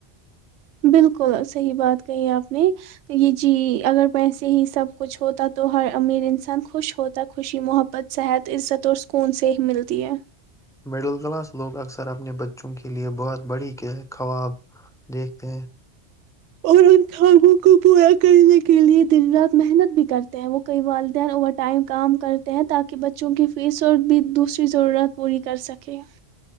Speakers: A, on the right; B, in the centre.
A: بالکل صحیح بات کہی آپ نے یہ جی اگر پیسے ہی سب کچھ ہوتا تو ہر امیر انسان خوش ہوتا خوشی محبت صحت عزت اور سکون سے ملتی ہے
B: مڈل کلاس لوگ اکثر اپنے بچوں کے لیئے بہت بڑی خواب دیکھتے ہیں
A: اور ان خابوں کو پورا کرنے کے لیے دن رات محنت بھی کرتے ہیں وہ کئی والدین اوور ٹائم کام کرتے ہیں تاکہ بچوں کی فیس اور بھی دوسری ضرورت پوری کر سکے <unintelligible>